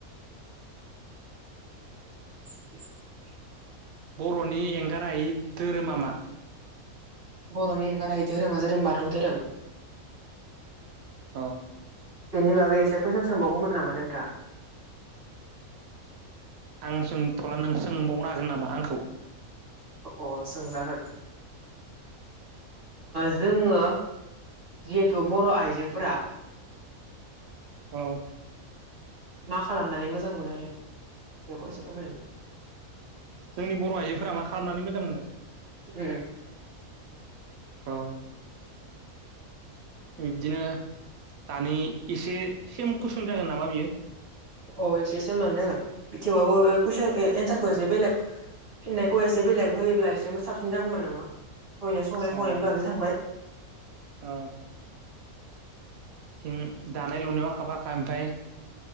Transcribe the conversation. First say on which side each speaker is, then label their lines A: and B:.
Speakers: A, on the right; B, on the right.
A: <unintelligible>
B: बर'नि एंगारायै धोरोमा मा
A: बर'नि एंगार हायै धोरोमा जादों बाथौ धोरोम
B: औ
A: बेनि बागै एसे कुइसन सोंबावगौमोन नामा नोंथाङा
B: आं सोंथ'ला नों सोंबावनो हागोन नामा आंखौ
A: अ सोंजागोन जोङो जिहेथु बर' आइजोफोरा
B: औ
A: मा खालामनानै मोजां मोनो बेखौ एसे फोरमायनानै
B: जोंनि बर' आइजोफोरा मा खालामनानै मोजां मोनो
A: ओओ
B: अ बिब्दिनो दानि एसे सेम कुइसन जागोन नामा बियो
A: औ एसे सेमानो जागोन बि थेवब्लाबो कुइसन एन्सारखौ एसे बेलेग फिननायखौ एसे बेलेग होयोब्ला एसे साबसिन जागौमोन नामा दहायनो संनाय
B: औ
A: खावनायनि बागै थांबाय
B: औ थिं दानाय लुनायाव हाबाखौ ओमफ्राय